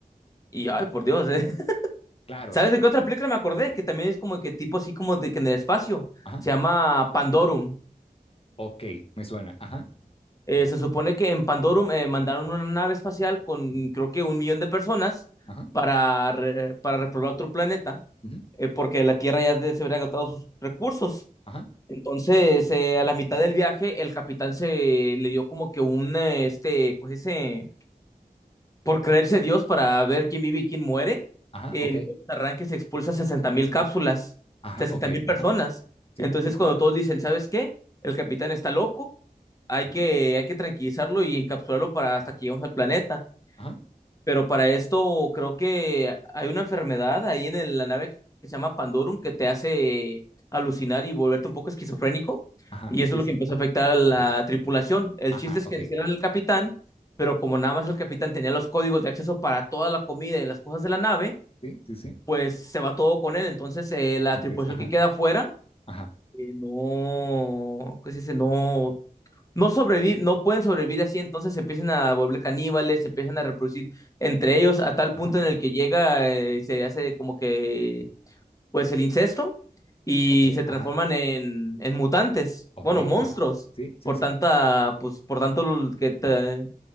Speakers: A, on the left; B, on the left.
A: Y ay, por Dios, ¿eh? <laughs>
B: claro,
A: ¿Sabes
B: sí,
A: de qué
B: sí,
A: otra
B: sí,
A: película me acordé? Que también es como que tipo así como de que en el espacio.
B: ajá,
A: Se llama Pandorum.
B: ok, me suena, ajá,
A: Eh, se supone que en Pandorum eh, mandaron una nave espacial con
B: ujú,
A: creo que un millón de personas
B: ajá,
A: para, re- para repoblar otro planeta,
B: ujú,
A: eh, porque la Tierra ya de- se habría agotado sus recursos.
B: ajá,
A: Entonces, eh, a la mitad del viaje, el capitán se le dio como que un, eh, este, pues ese Por creerse Dios para ver quién vive y quién muere.
B: ajá,
A: En
B: ok,
A: un arranque se expulsa sesenta mil cápsulas,
B: ajá,
A: sesenta
B: ok,
A: mil personas.
B: ajá, sí,
A: Entonces,
B: sí, sí,
A: cuando todos dicen, ¿sabes qué? El capitán está loco hay
B: ajá,
A: que, hay que tranquilizarlo y encapsularlo para hasta que lleguemos al planeta.
B: ajá,
A: Pero para esto creo que hay una enfermedad ahí en el- la nave que se llama Pandorum que te hace alucinar y volverte un poco esquizofrénico.
B: ajá,
A: Y eso
B: sí,
A: es lo
B: sí,
A: que empezó
B: ajá,
A: a afectar a la tripulación. El
B: ajá,
A: chiste es
B: ok,
A: que encierran al capitán, pero como nada más el capitán tenía los códigos de acceso para toda la comida y las cosas de la nave,
B: sí, sí, sí,
A: pues se va todo con él. Entonces eh, la
B: ok,
A: tripulación
B: ajá,
A: que queda afuera
B: ajá,
A: eh, no, ¿qué se dice? No no sobrevi- no pueden sobrevivir así, entonces se empiezan a volver caníbales, se empiezan a reproducir entre ellos a tal
B: ajá,
A: punto en el que llega, eh, se hace como que, pues el incesto y
B: ok,
A: se transforman
B: ajá,
A: en, en mutantes,
B: ok,
A: bueno, monstruos,
B: ajá, sí, sí,
A: por
B: sí,
A: tanta, pues, por tanto l- que te-